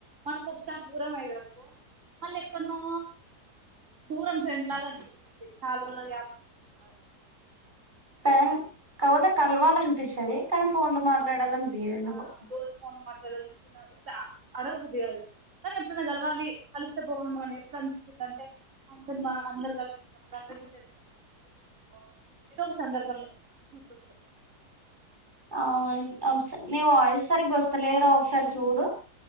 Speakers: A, on the right (about 45°); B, on the right (about 25°).
A: మనసు ఒకసారి దూరం అయిరకు మళ్ళ ఎక్కడ నో దూరం ఫ్రెండ్ లాగ అనిపిస్తుంది చాలా రోజ్లక్ గాప్ లాగా
B: కదని కవోతె కల్వాల్ అనిపిస్తది కానీ ఫోన్ లు మాట్లాడాలనిపిస్ పేరెందుకు
A: ఆ రోజు ఫోన్ తిన ఇంత అడగబుద్ధి గాదు కాన్ ఎప్పుడైనా కల్వాలి కలిస్తే బావుండు అని ఎప్పుడు అనిపించింది అంటే అందర్ మా అందర్ కలి బద్ద బిడ్ <unintelligible> ఏదో ఒక సందర్భంలో గుర్చొస్తయ్
B: ఆ ఒక్సర్ నీ వాయిస్ సరిగ్గొస్తలేదురా ఒక్సార్ చూడు